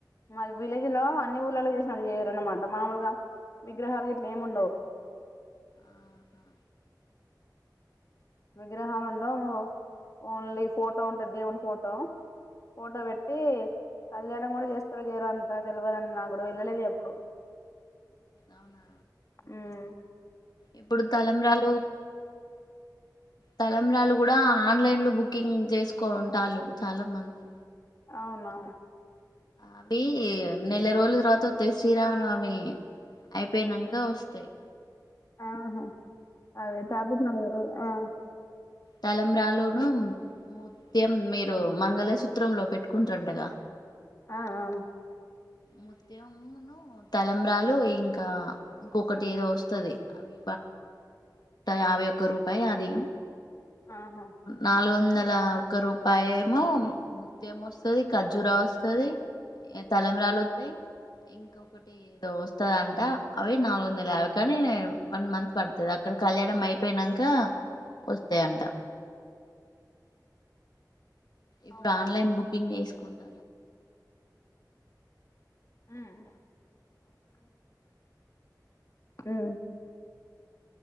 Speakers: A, on the left; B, on the left.
A: మా విలేజ్ లో అన్ని ఊళ్ళలో చేసినట్టు చేయరున్నమాట మామూలుగా విగ్రహాలు గిట్లా ఏముండవు
B: ఆహా
A: విగ్రహాలు ఉండవు ఓన్లీ ఫోటో ఉంటది దేవుని ఫోటో ఫోటో పెట్టి కళ్యాణం కూడా చేస్తారో చెయ్యరో అంతా తెలువదండి నాకు కూడా వెళ్ళలేదు ఎప్పుడు
B: అవునా
A: ఉమ్
B: ఇప్పుడు తలంబ్రాలు తల కూడా ఆన్లైన్ లో బుకింగ్ చేసుకుంటాళ్లు చాలా మంది
A: అవునా
B: అవి నెల రోజుల తర్వాత వస్తాయి శ్రీరామనవమి అయిపోయినంక వస్తాయి
A: ఆహా అదే తాపించు నాకు తెలవదు ఆ
B: తలబ్రాలును ముత్యం మీరు మంగళసూత్రంలో పెట్టుకుంటారంటగా
A: ఆఆ
B: ముత్యమును తలబ్రాలు ఇంకా ఇంకొకటి ఏదో వస్తుది అవి యాభై ఒక్క రూపాయి అది
A: ఆహా,
B: నాలుగు వందల ఒక రూపాయ ఏమో ముత్యం వస్తది ఖర్జూర వస్తది ఇగా తలంబ్రాలు వస్తాయి ఇంకొకటి ఏదో వస్తదంట అవి నాలుగు వందలు యాబై కానీ వన్ మంత్ పడుతుది అక్కడ కళ్యాణం అయిపోయినంక వస్తాయి అంట ఇప్పుడు
A: అవునా
B: ఆన్లైన్ బుకింగ్ చేసుకుంట
A: హుమ్ ఉమ్